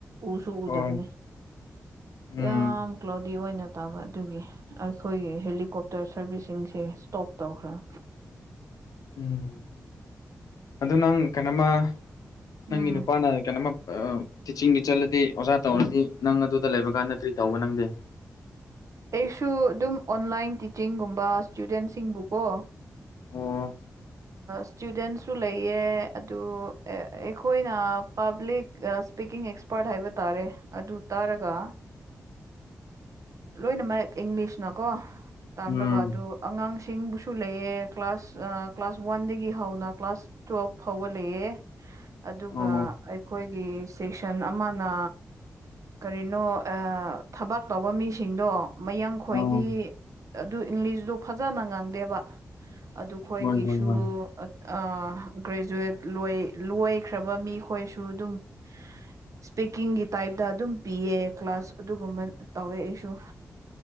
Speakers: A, on the right (about 60°); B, on the left (about 75°).
A: ꯎꯁꯨ ꯎꯗꯕꯅꯤ
B: ꯍꯣꯏ ꯎꯝ
A: ꯌꯥꯝ ꯀ꯭ꯂꯥꯎꯗꯤ ꯑꯣꯏꯅ ꯇꯥꯕ ꯑꯗꯨꯒꯤ ꯑꯩꯈꯣꯏꯒꯤ ꯍꯦꯂꯤꯀꯣꯞꯇꯔ ꯁꯥꯔꯚꯤꯁꯁꯤꯡꯁꯦ ꯁꯇꯣꯞ ꯇꯧꯈ꯭ꯔꯝ
B: ꯎꯝ ꯑꯗꯣ ꯅꯪ ꯀꯩꯅꯣꯃ ꯅꯪꯒꯤ
A: ꯎꯝ
B: ꯅꯨꯄꯥꯅ ꯀꯩꯅꯣꯃ ꯇꯤꯆꯤꯡꯒꯤ ꯆꯠꯂꯗꯤ ꯑꯣꯖꯥ ꯇꯧꯔꯗꯤ ꯅꯪ ꯑꯗꯨꯗ ꯂꯩꯕꯀꯥꯟ ꯀ꯭ꯔꯤ ꯇꯧꯕ ꯅꯪꯗꯤ
A: ꯑꯩꯁꯨ ꯑꯗꯨꯝ ꯑꯣꯟꯂꯥꯏꯟ ꯇꯤꯆꯤꯡꯒꯨꯝꯕ ꯁꯇꯨꯗꯦꯟꯁꯤꯡꯕꯨꯀꯣ
B: ꯑꯣ
A: ꯁꯇꯨꯗꯦꯟꯁꯨ ꯂꯩꯌꯦ ꯑꯗꯨ ꯑꯩꯈꯣꯏꯅ ꯄꯥꯕ꯭ꯂꯤꯛ ꯁ꯭ꯄꯤꯀꯤꯡ ꯑꯦꯛꯁꯄꯥꯔꯠ ꯍꯥꯏꯕ ꯇꯥꯔꯦ ꯑꯗꯨ ꯇꯥꯔꯒ ꯂꯣꯏꯅꯃꯛ ꯑ ꯏꯪꯂꯤꯁꯅꯀꯣ ꯇꯥꯝꯔꯒ
B: ꯎꯝ
A: ꯑꯗꯨ ꯑꯉꯥꯡꯁꯤꯡꯕꯨꯁꯨ ꯂꯩꯌꯦ ꯀ꯭ꯂꯥꯁ ꯑ ꯀ꯭ꯂꯥꯁ ꯋꯥꯟꯗꯒꯤ ꯍꯧꯅ ꯀ꯭ꯂꯥꯁ ꯇꯨꯋꯦꯜꯐ ꯐꯥꯎꯕ ꯂꯩꯌꯦ ꯑꯗꯨꯒ
B: ꯑꯣ
A: ꯑꯩꯈꯣꯏꯒꯤ ꯁꯦꯛꯁꯟ ꯑꯃꯅ ꯀꯔꯤꯅꯣ ꯑ ꯊꯕꯛ ꯇꯧꯕ ꯃꯤ ꯁꯤꯡꯗꯣ ꯃꯌꯥꯡ ꯈꯣꯏꯗꯤ
B: ꯑꯣ
A: ꯑꯗꯨ ꯏꯪꯂꯤꯁꯇꯣ ꯐꯖꯅ ꯉꯪꯗꯦꯕ ꯑꯗꯨꯈꯣꯏꯒꯤꯁꯨ
B: ꯍꯣꯏ ꯍꯣꯏ ꯍꯣꯏ
A: ꯑ ꯒ꯭ꯔꯦꯖꯨꯋꯦꯠ ꯂꯣꯏ ꯂꯣꯏꯈ꯭ꯔꯕ ꯃꯤꯈꯣꯏꯁꯨ ꯑꯗꯨꯝ ꯏꯁꯄꯤꯀꯤꯡꯒꯤ ꯇꯥꯏꯞꯇ ꯑꯗꯨꯝ ꯄꯤꯌꯦ ꯀ꯭ꯂꯥꯁ ꯑꯗꯨꯒꯨꯝꯕ ꯇꯧꯋꯦ ꯑꯩꯁꯨ